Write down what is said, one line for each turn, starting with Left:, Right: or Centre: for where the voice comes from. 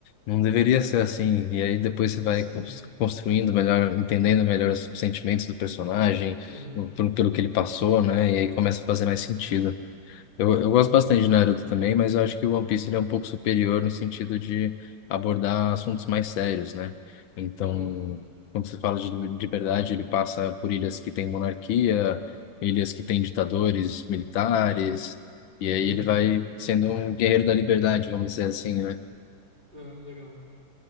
Left: não deveria ser assim. E aí depois você vai
Right: sim,
Left: cons- construindo melhor, entendendo melhor os sentimentos do personagem,
Right: uhum,
Left: o- pelo, pelo que ele passou, né? E aí começa a fazer mais sentido. Eu,
Right: claro.
Left: eu gosto bastante de Naruto também, mas eu acho que o One Piece ele é um pouco superior no sentido de abordar assuntos mais sérios, né? Então,
Right: Uhum,
Left: quando se fala de liberdade, ele passa por ilhas que têm monarquia, ilhas que têm ditadores militares, e
Right: uhum,
Left: aí ele vai sendo um guerreiro da liberdade, vamos dizer assim, né?
Right: é, legal,